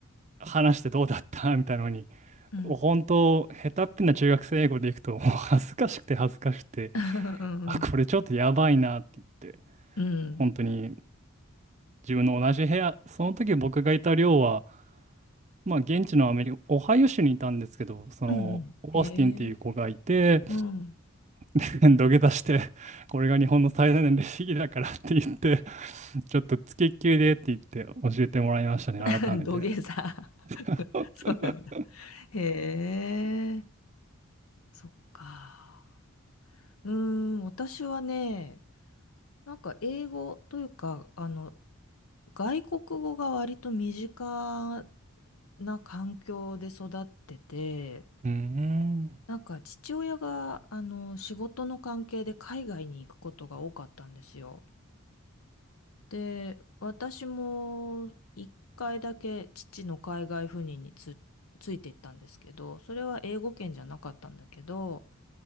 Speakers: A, on the right; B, on the left.
A: 話してどうだったみたいなのに、
B: うん
A: 本当、下手っぴな中学生英語でいくと、もう恥ずかしくて恥ずかしくて、
B: うん。
A: あ、これちょっとやばいなって言って、
B: うん
A: 本当に自分の同じ部屋、その時僕がいた寮は、まあ現地のアメリカ、オハイオ州にいたんですけど、その、
B: うんへえ。
A: オースティンっていう子がいて、
B: うん。
A: <laughs> 土下座して、これが日本の最大のレシピだからって言って、ちょっとつきっきりでって言って教えてもらいましたね、
B: <laughs>
A: 改めて。
B: 土下座。<laughs>
A: <laughs>
B: そうなんだ。へえ。そっか。うーん。私はね、なんか英語というか、あの、外国語が割と身近な環境で育ってて、
A: うーん。
B: なんか父親があの仕事の関係で海外に行くことが多かったんですよ。で、私も一回だけ父の海外赴任につ、ついて行ったんですけど、それは英語圏じゃなかったんだけど、